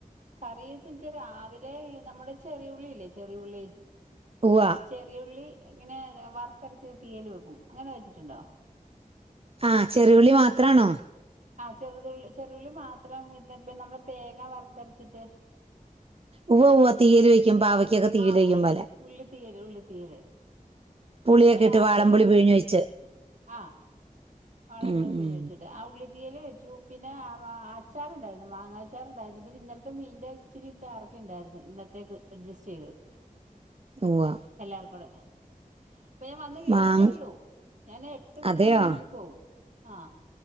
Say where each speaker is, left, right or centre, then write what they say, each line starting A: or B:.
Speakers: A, on the right (about 60°); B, on the right (about 40°).
A: കറി വെച്ചെച്ചാ രാവിലെ നമ്മുടെ ചെറിയുള്ളില്ലേ ചെറിയുള്ളി.
B: ഉവ്വ
A: ചെറിയുള്ളി ഇങ്ങനെ വറുത്തരച്ച് തീയല് വെക്കും അങ്ങനെ വെച്ചിട്ടുണ്ടോ
B: ആഹ് ചെറ്യുള്ളി മാത്രാണോ
A: ആ ചെറുതു ചെറുള്ളി മാത്രം ഇ <unintelligible> നമ്മള് തേങ്ങ വറുത്തരച്ചിട്ട്.
B: ഉവ്വ ഉവ്വ തീയൽ വെക്കും പാവയ്ക്കൊക്കെ തീയൽ
A: ആഹ്
B: വെക്കും
A: ഉള്ളി
B: പോലെ
A: ഉള്ളി തീയല് ഉള്ളി തീയല്
B: പുളിയൊക്കെ
A: അപ്പൊ രാവിലേനു
B: ഇട്ട് വാളംപുളി പിഴിഞ്ഞു വെച്ച്
A: ആഹ് വാളൻമ്പുളി
B: ഉം
A: പിഞ്ഞൊഴിച്ചിട്ട്
B: ഉം
A: ആ ഉള്ളി വിയൽ വെച്ചു. പിന്നെ അച്ചാറുണ്ടായിരുന്നു. മാങ്ങാച്ചാർ ഇണ്ടായിരുന്നു. പിന്നെ ഇന്നലത്തെ മീന്റെ ച്ചിരി ച്ചാറൊക്കെ ഇണ്ടായിരുന്നു. ഇന്നത്തേക്ക് അഡ്ജസ്റ്റ് ചെയ്ത്.
B: ഉവ്വ
A: എല്ലാർ കൂടെ പ്പ ഞാൻ വന്ന് കേയറിയതേ
B: മാങ്
A: ഒള്ളൂ ഞാന് എട്ട് മണിയാവുമ്പോ
B: അതെയോ
A: ജിമ്മി പോവും ആ